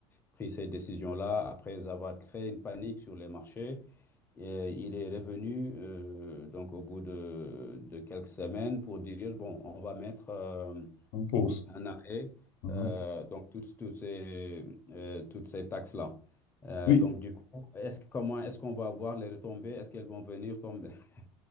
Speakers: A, on the left; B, on the left.
A: pris ces décisions-là, après avoir créé une panique sur les marchés, et il est revenu euh, donc au bout de, de quelques semaines pour dire, bon, on va mettre euh,
B: On pause.
A: un arrêt,
B: Mhm.
A: euh, donc toutes, toutes ces, euh, toutes ces taxes-là. Euh,
B: Oui,
A: donc du coup, est-ce que- comment est-ce qu'on va voir les retombées? Est-ce qu'elles vont venir tomber? <laughs>